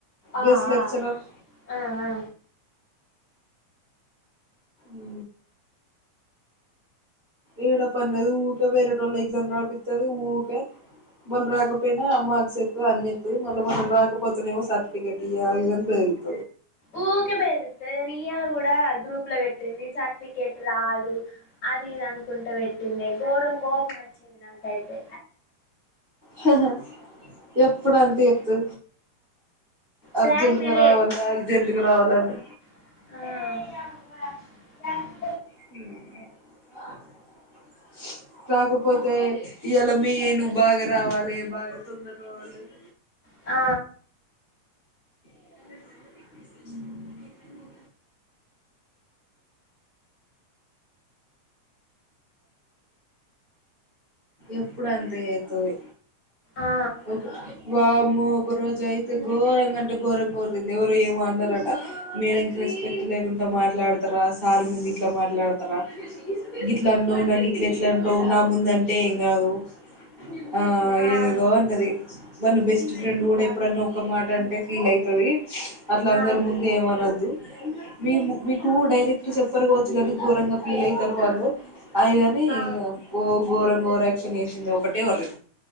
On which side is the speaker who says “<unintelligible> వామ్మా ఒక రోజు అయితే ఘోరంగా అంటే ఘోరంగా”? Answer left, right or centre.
Right